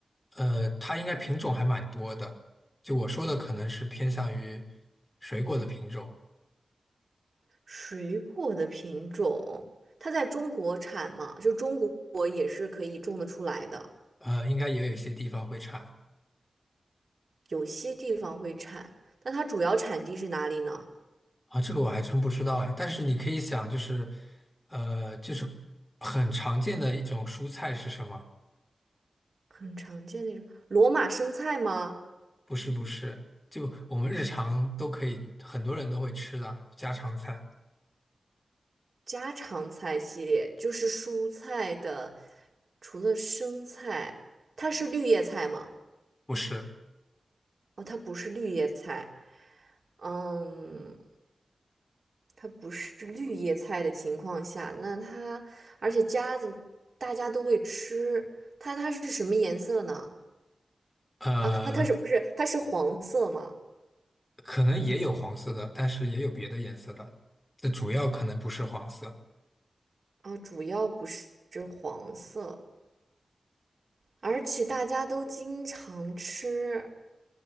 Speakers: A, on the left; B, on the right.
A: 呃，它应该品种还蛮多的。就我说的，可能是偏向于水果的品种。
B: 水果的品种，它在中国产吗？就中国也是可以种得出来的，
A: 呃，应该也有一些地方会产
B: 有些地方会产，那它主要产地是哪里呢？
A: 啊，这个我还真不知道哎。但是你可以想，就是，呃，就是很常见的一种蔬菜是什么？
B: 很常见那种罗马生菜吗？
A: 不是不是，就我们日常都可以，很多人都会吃的家常菜，
B: 家常菜系列就是蔬菜的，除了生菜，它是绿叶菜吗？
A: 不是？
B: 哦，它不是绿叶菜。嗯，它不是绿叶菜的情况下，那它而且夹子大家都会吃，它它是什么颜色呢？
A: 呃，
B: 啊，它它是不是它是黄色吗？
A: 可能也有黄色的，但是也有别的颜色的，这主要可能不是黄色。
B: 啊，主要不是是黄色，而且大家都经常吃，